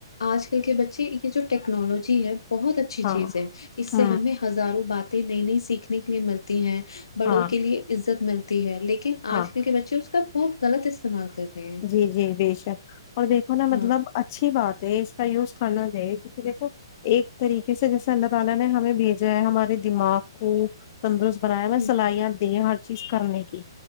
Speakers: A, on the left (about 75°); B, on the left (about 45°).
A: آج کل کے بچے یہ جو ٹیکنالوجی ہے بہت اچھی چیز
B: ہاں
A: ہے اس
B: ہ
A: سے ہمیں ہزاروں باتیں نہیں نہیں سیکھ کے لیے ملتی ہیں بڑوں
B: ہاں
A: کے لیے اس ملتی ہے لیکن ن
B: ہاں
A: آج کل کے بچے اس کا بہت غلط استعمال کر رہے ہیں
B: جی جی بےشک اور دیکھو نا مطلب
A: ہاں
B: اچھی بات ہے اس کا یوز کرنا ایک تاریک سے جیسا لگانا ہے ہمین بھیجا ہے ہمارے دمگ کو تندرست بنایا میں
A: ہ
B: سلائیا د ہ کوشش کرنے کی